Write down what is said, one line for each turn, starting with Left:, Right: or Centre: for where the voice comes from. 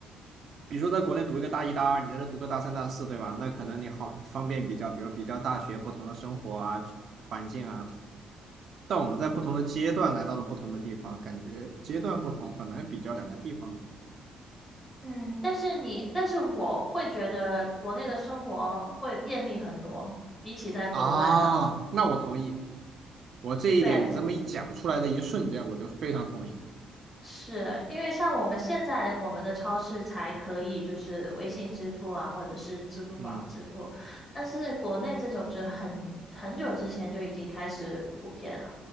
Right: 比如说在国内读一个大一、大二，你在这读个大三、大四，对吧？那可能你好方便比较，比如比较大学不同的生活啊、环境啊。但我们在不同的阶段来到了不同的地方，感觉阶段不同，很难比较两个地方。
Left: 嗯，但是你，但是我会觉得国内的生活会便利很多，比起在国外的。
Right: 啊，那我同意，我这一点你这么一讲出来的一瞬间，
Left: 对。
Right: 我就非常同意。
Left: 是因为像我们现在我们的超市才可以就是微信支付啊，或者是支付宝支付，
Right: 嗯。
Left: 但是国内这种就很很久之前就已经开始普遍了。